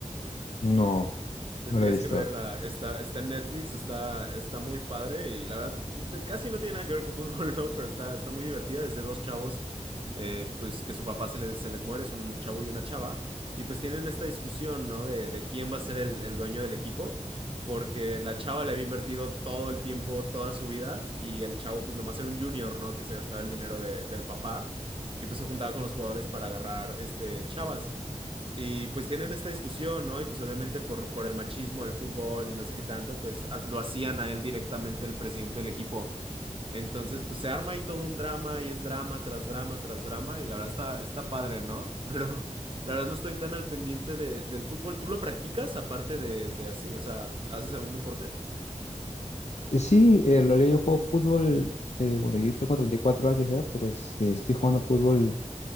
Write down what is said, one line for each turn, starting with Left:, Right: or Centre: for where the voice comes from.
Left: No,
Right: Tendrías
Left: no lo he visto.
Right: que verla. Está, está en Netflix, está, está muy padre y la verdad te- casi no tiene nada que ver con fútbol, <laughs> ¿no? Pero está, está muy divertida. Es de dos chavos, eh, pues que su papá se les, se les muere, es un chavo y una chava. Y pues tienen esta discusión, ¿no? De, de quién va a ser el, el dueño del equipo, porque la chava le había invertido todo el tiempo, toda su vida, y el chavo pues nomás era un junior, ¿no? Que se gastaba el dinero de- del papá y pues se juntaba con los jugadores para agarrar este, chavas. Y pues tienen esta discusión, ¿no? Y pues obviamente por, por el machismo del fútbol y no sé qué tanto, pues ha- lo hacían a él directamente el presidente del equipo. Entonces, pues se arma ahí todo un drama y es drama tras drama tras drama y la verdad está, está padre, ¿no? <laughs> Pero la verdad no estoy tan al pendiente de- del fútbol. ¿Tú lo practicas aparte de, de así? O sea, ¿haces algún deporte?
Left: Eh, Sí, eh, en realidad yo juego fútbol, eh, bueno, yo tengo 34 años ya, pero este, estoy jugando fútbol